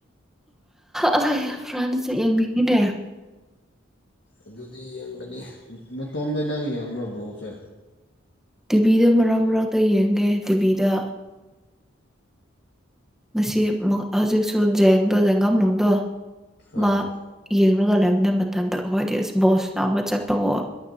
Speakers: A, in the centre; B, on the left.
A: ꯑ ꯐ꯭ꯔꯥꯟ ꯌꯦꯡꯅꯤꯡꯉꯤꯅꯦ
B: ꯑꯗꯨꯗꯤ ꯌꯦꯡꯒꯅꯤ ꯃꯇꯣꯝꯗ ꯅꯪ ꯌꯦꯡꯕ ꯕꯣꯛꯁꯦ
A: ꯇꯤꯚꯤꯗ ꯃꯔꯛ ꯃꯔꯛꯇ ꯌꯦꯡꯉꯦ ꯇꯤꯚꯤꯗ ꯉ ꯍꯧꯖꯤꯛꯁꯨ ꯖꯦꯡꯗꯣ ꯖꯦꯡꯒꯝꯅꯨꯡꯗꯣ
B: ꯑꯥ
A: ꯃꯥ ꯌꯦꯡ ꯒ ꯂꯩꯕꯅꯦ ꯃꯇꯝꯊꯗ ꯑꯩꯈꯣꯏꯗꯤ ꯑꯁ ꯕꯣꯁ ꯅꯥ ꯑꯃ ꯆꯠꯄꯒꯣ